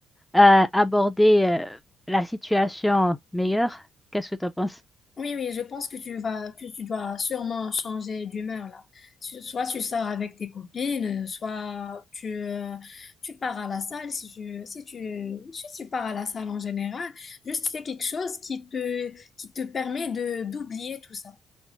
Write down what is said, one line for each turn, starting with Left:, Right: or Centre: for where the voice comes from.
Centre: euh, aborder euh, la situation meilleure. Qu'est-ce que tu en penses?
Left: Oui, oui, je pense que tu vas, que tu dois sûrement changer d'humeur là. Su- Soit tu sors avec tes copines, euh, soit tu, euh, tu pars à la salle si tu, si tu, si tu pars à la salle en général. Juste fais quelque chose qui te, qui te permet de, d'oublier tout ça.